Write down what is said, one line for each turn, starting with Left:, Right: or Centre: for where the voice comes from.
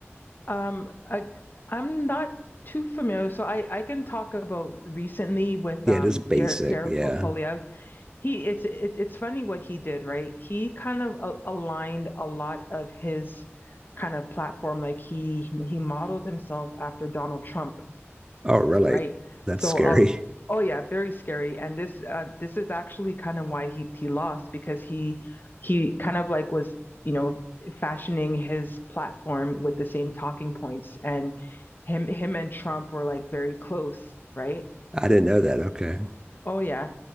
Left: um, I, I'm not too familiar. So I I can talk about recently with
Right: Yeah,
Left: um
Right: just basic.
Left: Pierre Pierre
Right: Yeah.
Left: Po- Poliev. He it's it, it's funny what he did, right? He kind of a- aligned a lot of his kind of platform, like he he modeled himself after Donald Trump,
Right: Oh, really?
Left: right?
Right: That's
Left: So,
Right: scary.
Left: uh, oh yeah, very scary. And this uh, this is actually kind of why he he lost because he he kind of like was you know fashioning his platform with the same talking points, and him him and Trump were like very close, right?
Right: I didn't know that. Okay.
Left: Oh yeah